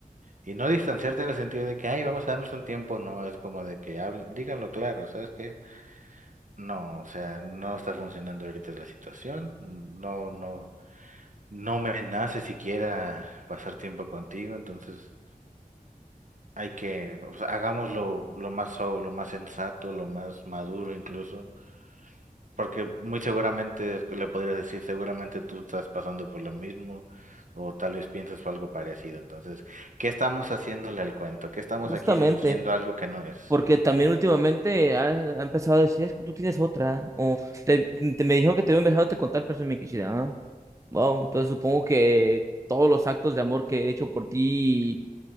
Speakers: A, on the right; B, on the right.
A: Y no distanciarte en el sentido de que, ay, vamos a darnos un tiempo, no, es como de que habl- díganlo claro, ¿sabes qué? No, o sea, no está funcionando ahorita la situación, no, no, no me nace siquiera pasar tiempo contigo, entonces hay que, o sea, hagámoslo lo más, so- lo más sensato, lo más maduro incluso Porque muy seguramente le podrías decir, seguramente tú estás pasando por lo mismo o tal vez piensas algo parecido. Entonces, ¿qué estamos haciéndole al cuento? ¿Qué estamos
B: Justamente.
A: aquí fingiendo algo que no es?
B: Porque también últimamente ha, ha empezado a decir, es que tú tienes otra. O te, te- me dijo que te había empezado a contar, pero se me quisiera. Ah, wow, entonces supongo que todos los actos de amor que he hecho por ti